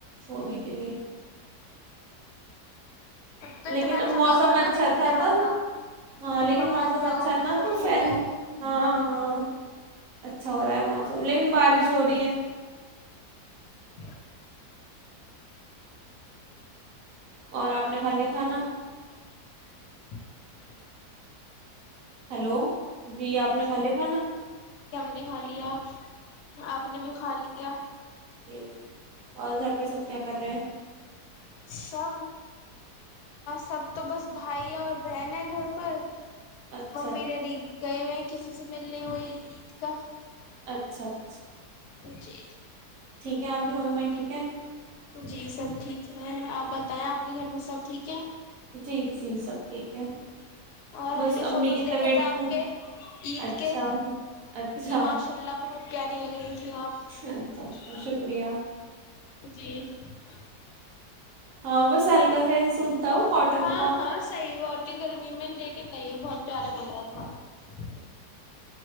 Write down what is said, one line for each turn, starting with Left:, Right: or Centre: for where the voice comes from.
Right: سونے کے لیے
Left: تو اتنا
Right: لیکن
Left: اچھا موسم
Right: اچھا
Left: ہے گھومنے
Right: تھا نا
Left: والا
Right: ہاں
Left: کہ
Right: لیکن
Left: باہر
Right: موسم
Left: جاؤ
Right: اچھا
Left: نکھ
Right: نا
Left: لو
Right: تو
Left: گھومو
Right: فین ہاں ہاں اچھا اچھا ہو رہا ہے موسم لیکن بارش چھوڑی ہے
Left: ج <inaudible>
Right: اور آپ نے کھا لیا کھانا
Left: ںں <inaudible>
Right: ہلو جی آپ نے کھا لے کھانا
Left: <inaudible> کھا لیا آپ نے بھی کھا لیا
Right: جی اور گھر پہ سب کیا کر رہے ہیں
Left: سب سب تو بس بھائی اور بہن ہے گھر پر
Right: اچھا
Left: ممی ڈیڈی گئے ہوئے کسی سے ملنے ہو عید کا
Right: اچھا اچھا
Left: جی
Right: ٹھیک ہے ہم ما ٹھیک ہے
Left: جی سب ٹھیک ہے آپ بتائیں آپ کے گھر میں سب ٹھیک ہے
Right: جی جی سب ٹھیک ہے
Left: اور ہم
Right: بس
Left: نے
Right: امی
Left: فوٹوز
Right: کی
Left: دیکھے
Right: طبیعت
Left: تھے آپ
Right: میں
Left: کے عید
Right: اچھا
Left: کے
Right: اچھا
Left: جی ماشاء اللہ بہت کیا ت لگ رہی جی آپ
Right: اچھا اچھا شکریہ
Left: جی ج
Right: ہاں بس سلکا سے سوٹ تھا کاٹن
Left: ہاں
Right: کا
Left: ہاں صحیح اور گرمی میں لے کے کہ نہیں بہت پیارا مگ رہا تھا ہ